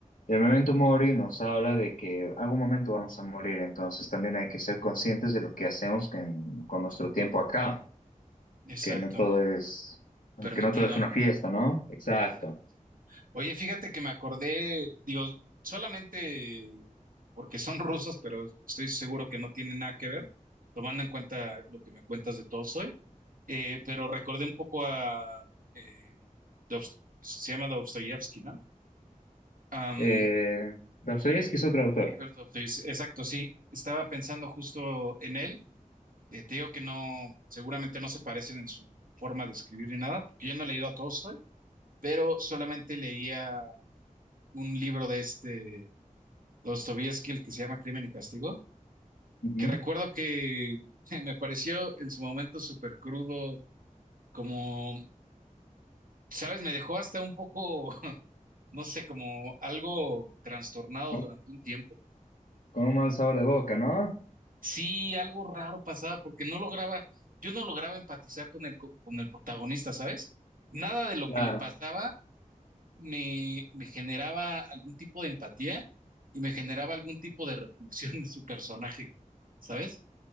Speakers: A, on the left; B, on the right.
A: Y el memento mori nos habla de que algún momento vamos a morir, entonces también hay que ser conscientes de lo que hacemos con, con nuestro tiempo acá,
B: Exacto.
A: que no todo es,
B: Permitido,
A: que no todo es una
B: ¿no?
A: fiesta, ¿no? Exacto.
B: Exacto. Oye, fíjate que me acordé, digo, solamente porque son <laughs> rusos, pero estoy seguro que no tienen nada que ver, tomando en cuenta lo que me cuentas de todo Eh, pero recordé un poco a... eh, Dobst- se llama Dostoyevsky, ¿no? Am,
A: Eh, Dostoyevsky es otro autor.
B: Fyodor Dostoyevsky, exacto, sí. Estaba pensando justo en él. Eh, te digo que no, seguramente no se parecen en su forma de escribir ni nada, porque yo no he leído a Tolstoy, pero solamente leía un libro de este Dostoyevsky, el que se llama Crimen y Castigo,
A: Ujú.
B: que recuerdo que <laughs> me pareció en su momento súper crudo, como, ¿sabes? Me dejó hasta un poco no sé, como algo trastornado
A: Con,
B: durante un tiempo.
A: con un mal sabor de boca, ¿no?
B: Sí, algo raro pasaba porque no lograba, yo no lograba empatizar con el, co- con el protagonista, ¿sabes? Nada de lo
A: Claro,
B: que le pasaba me, me generaba algún tipo de empatía y me generaba algún tipo de repulsión en su personaje, ¿sabes?